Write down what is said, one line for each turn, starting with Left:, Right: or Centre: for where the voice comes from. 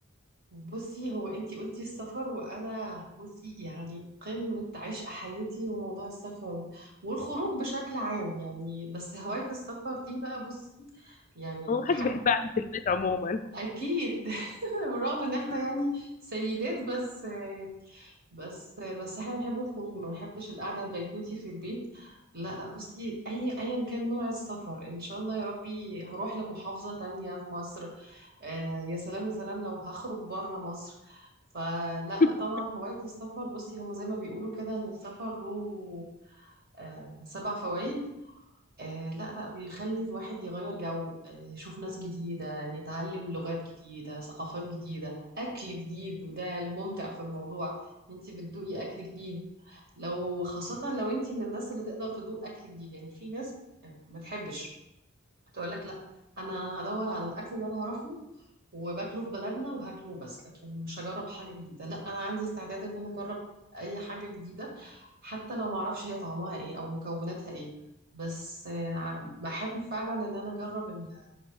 Right: بصي هو انتي قلتي السفر وانا بصي يعني قمة عشق حياتي وموضوع السفر والخروج بشكل عام يعني بس هواية السفر دي بقى بصي يعني
Left: هو محدش
Right: حد
Left: بيحب قعدة البيت عموما
Right: اكيد <laughs> بالرغم ان احنا يعني سيدات بس بس بس احنا بنحب الخروج ما بنحبش القعده البيتوتي في البيت لا لا بصي اي ايا كان نوع السفر ان شاء الله يا ربي هروح لمحافظه تانية في مصر آه يا سلام يا سلام لو هخرج بره مصر فلا
Left: <laughs>
Right: لا طبعا هوايه السفر بصي هم زي ما بيقولوا كده ان السفر له آه سبع فوائد آه لا لا بيخلي الواحد يغير جو آه يشوف ناس جديدة يتعلم لغات جديدة ثقافات جديدة أكل جديد وده الممتع في الموضوع انتي بتدوقي أكل جديد لو خاصة لو انتي من الناس اللي تقدر تدوق أكل جديد يعني في ناس آه، ما تحبش تقول لك لا انا هدور على الاكل اللي انا اعرفه وباكله في بلدنا وهاكله بس لكن مش هجرب حاجه جديده لا انا عندي استعداد ان انا اجرب اي حاجه جديده حتى لو ما اعرفش هي طعمها ايه او مكوناتها ايه بس آه، ع- بحب فعلا ان انا اجرب ال-